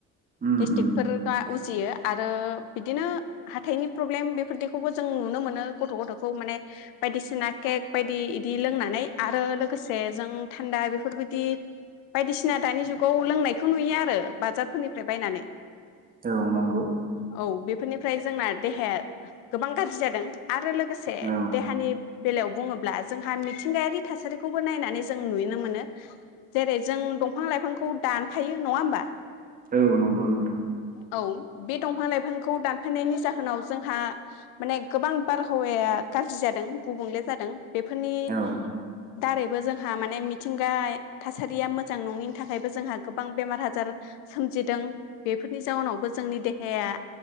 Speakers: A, on the right (about 25°); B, on the left (about 85°).
A: उम
B: गेस्टिक
A: उम
B: फोर बा <inaudible> ओ बिदिनो हाथायनि प्रब्लेम बेफोरदिखौबो जों नुनो मोनो गथ' गथ'खौ माने बायदिसिना केक बायदि इदि लोंनानै आरो लोगोसे जों थान्दा बेफोरबायदि बायदिसिना दानि जुगाव लोंनायखौ नुयो आरो बाजाफोरनिफ्राय बायनानै
A: औ नंगौ
B: औ बेफोरनिफ्राय जोंना देहाया गोबां गाज्रि जादों। आरो लोगोसे
A: औ
B: देहानि बेलायाव बुङोब्ला जोंहा मिथिंगायारि थासारिखौबो नायनानै जों नुयोनो मोनो। जेरै जों दंफां लाइफांखौ दानफायो नङा होमबा?
A: औ नंगौ नोंथां
B: औ। बे दंफां लाइफांखौ दानफायनायनि जाहोनाव जोंहा माने गोबां बारहावाया गाज्रि जादों गुबुंले जादों। बेफोरनि
A: औ
B: दारै जोंहा माने मिथिंगा थासारिया मोजां नङिनि थाखायबो जोंहा गोबां बेमार आजार सोमजिदों बेफोरनि जाउनावबो जोंनि दे हेाया